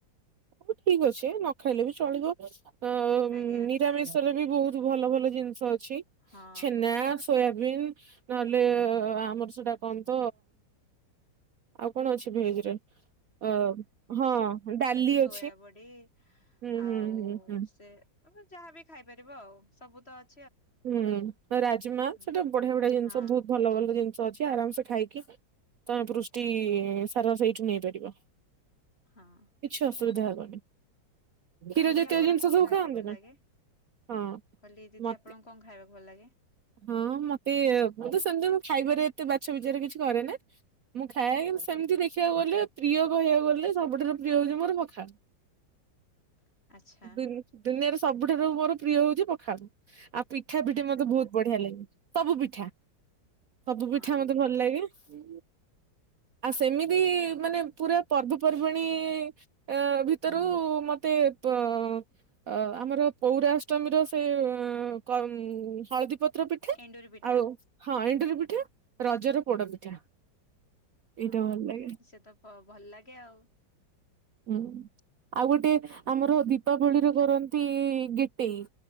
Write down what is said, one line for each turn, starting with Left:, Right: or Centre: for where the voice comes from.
Right: ହଉ ଠିକ ଅଛି, ନ ଖାଇଲେ ବି ଚଳିବ। ଅ
Left: ଆଜ୍ଞା
Right: ନିରାମିଷରେ ବି ବହୁତ ଭଲ ଭଲ ଜିନିଷ ଅଛି।
Left: ହଁ।
Right: ଛେନା ସୋୟାବିନ୍, ନହେଲେ ଆମର ସେଟା କଣ ତ ଆଉ କଣ ଅଛି ଭେଜରେ ଅ ହଁ ଡାଲି ଅଛି।
Left: ସୋୟାବଡି
Right: ହୁଁ
Left: ଆଉ
Right: ହୁଁ ହୁଁ ହୁଁ।
Left: ସେ ଯାହାବି ଖାଇପାରିବ ଆଉ ସବୁ ତ ଅ
Right: ହୁଁ ରାଜମା
Left: ହୁଁ
Right: ସେଟା ବଢିଆ ବଢିଆ ଜିନିଷ
Left: ହଁ
Right: ବହୁତ ଭଲ ଭଲ ଜିନିଷ ଅଛି ଆରାମସେ ଖାଇକି ତମେ ପୃଷ୍ଟି ସାରା ସେଇଠୁ ନେଇପାରିବ।
Left: ହଁ।
Right: କିଛି ଅସୁବିଧା ହବନି। କ୍ଷୀର
Left: ଆଉ ଦିଦି
Right: ଜାତୀୟ
Left: ଆପଣଙ୍କୁ
Right: ଜିନିଷ
Left: କଣ
Right: ସବୁ
Left: ଖାଇବାକୁ
Right: ଖାଆନ୍ତି
Left: ଭଲ ଲାଗେ?
Right: ନା? ହଁ
Left: କହିଲି ଦିଦି
Right: ମତେ
Left: ଆପଣଙ୍କୁ କଣ ଖାଇବାକୁ ଭଲ ଲାଗେ?
Right: ହଁ ମତେ ମୁଁ ତ ସେମିତି ମୁଁ ଖାଇବାରେ ଏତେ ବାଛ ବିଚାର କିଛି କରେ ନା ମୁଁ ଖାଏ କିନ୍ତୁ ସେମିତି ଦେଖିବାକୁ ଗଲେ ପ୍ରିୟ କହିବାକୁ ଗଲେ ସବୁଠାରୁ ପ୍ରିୟ ହୋଉ ତୁମର ପଖାଳ।
Left: <inaudible> ଆଚ୍ଛା
Right: ଦୁନିଆରେ ସବୁଠାରୁ ମୋର ପ୍ରିୟ ହଉଛି ପଖାଳ। ଆଉ ପିଠା, ପିଠି ମତେ ବହୁତ ବଢି଼ଆ ଲାଗେ ସବୁ ପିଠା ସବୁ
Left: ହଁ
Right: ପିଠା
Left: ଦିଦି
Right: ମତେ ଭଲ ଲାଗେ ହୁଁ। ଆଉ ସେମିତି ମାନେ ପୁରା ପର୍ବପର୍ବାଣୀ ଆଁ ଭିତରୁ ମତେ ମତେ ଅ ଆମର ପୌରାଷ୍ଟମୀର ସେ କମ୍ ହଳଦୀ ପତ୍ର ପିଠା
Left: ଏଣ୍ଡୁରି ପିଠା
Right: ଆଉ ହଁ ଏଣ୍ଡୂରୀ ପିଠା ରଜର ପୋଡ଼ ପିଠା।
Left: ହଁ
Right: ଏଇଟା ଭଲ ଲାଗେ
Left: ସେ ତ ଭଲ ଲାଗେ ଆଉ।
Right: ହୁଁ ଆଉ ଗୋଟେ ଆମର ଦୀପାବଳିରେ କରନ୍ତି ଗେଟେଇ